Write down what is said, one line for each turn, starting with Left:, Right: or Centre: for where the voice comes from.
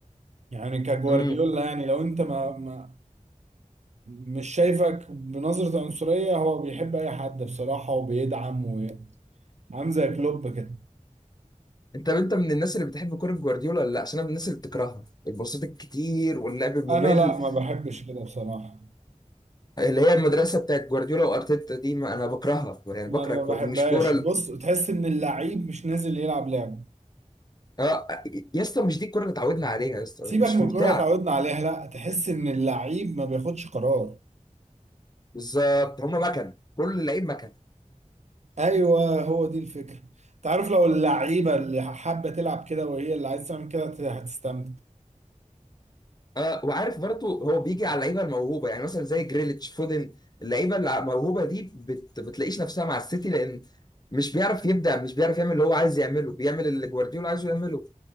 Right: يعني كجوارديولا
Left: امم
Right: يعني لو انت ما, ما مش شايفك بنظره عنصريه هو بيحب اي حد بصراحه وبيدعم وعامل زي كلوب كده
Left: انت انت من الناس اللي بتحب كرة جوارديولا ولا لا عشان انا من الناس اللي بتكرهها الباصات الكتير واللعب الممل
Right: انا لا ما بحبش كده بصراحه
Left: اللي هي المدرسه بتاعت جوارديولا وارتيتا دي ما انا بكرهها يعني
Right: انا
Left: بكره
Right: ما
Left: الكوره
Right: بحبهاش
Left: دي مش كوره ال-
Right: بص تحس ان اللعيب مش نازل يلعب لعب
Left: اه يا اسطى مش دي الكوره اللي اتعودنا عليها يا اسطى
Right: سيبك
Left: مش
Right: من
Left: ممتعه
Right: الكوره اتعودنا عليها لا تحس ان اللعيب ما بياخدش قرار
Left: بالظبط هم مكن كل اللعيب مكن
Right: ايوه هو دي الفكره انت عارف لو اللعيبه اللي حابه تلعب كده وهي اللي عايز تعمل كده هت- هتستمتع
Left: اه وعارف برضه هو بيجي على اللعيبه الموهوبه يعني مثلا زي جريليتش فودن اللعيبه اللي الموهوبه دي بت... بتلاقيش نفسها مع السيتي لان مش بيعرف يبدع مش بيعرف يعمل اللي هو عايز يعمله بيعمل اللي جوارديولا عايزه يعمله